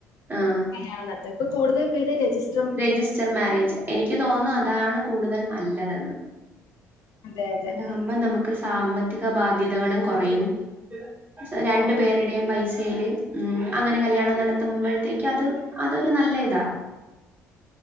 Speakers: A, on the right; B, on the left.
A: ആഹ്
B: കല്യാണം നടത്താം ഇപ്പൊ കൂടുതൽ പേരെ രജിസ്റ്റ്ർ
A: രജിസ്റ്റർ മാരേജ് എനിക്ക് തോന്നുന്നു അതാണ് കൂടുതൽ നല്ലതെന്ന്.
B: അതെ അതെ
A: അതാവുമ്പോ നമ്മക്ക് സാമ്പത്തിക ബാധ്യതകളും കൊറയും സൊ രണ്ട്
B: ആഹ്
A: പേരു യും പൈസയില് ഉം അങ്ങനെ കല്യാണം നടത്തുമ്പോഴത്തേക്ക് അത് അതൊരു നല്ല ഇതാ.